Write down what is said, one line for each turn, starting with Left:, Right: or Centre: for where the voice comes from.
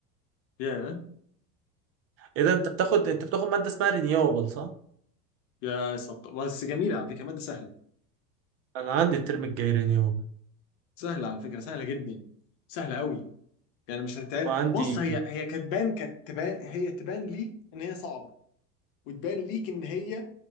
Left: يا
Right: اذا انت بتاخد انت بتاخد مادة اسمها رينيوبل صح
Left: يا سط... بس جميله على فكره ماده سهله
Right: انا عندي الترم الجاي رينيوبل
Left: سهله على فكره سهله جدا سهله قوي يعني مش هتتعب
Right: وعندي
Left: بص هي هي كتبان كتبان هي تبان ليك ان هي صعبه وتبان ليك ان هي